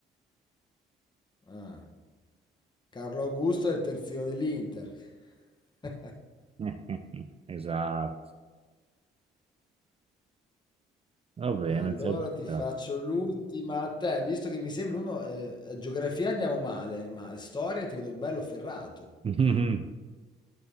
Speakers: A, on the left; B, on the right.
A: Ah. Carlo Augusto è il terzino dell'Inter. <laughs>
B: <laughs> Esatto. Va bene,
A: Allora
B: ci hai beccato.
A: ti faccio l'ultima a te, visto che mi sembra uno, eh, geografia andiamo male, ma storia ti vedo bello ferrato.
B: <laughs>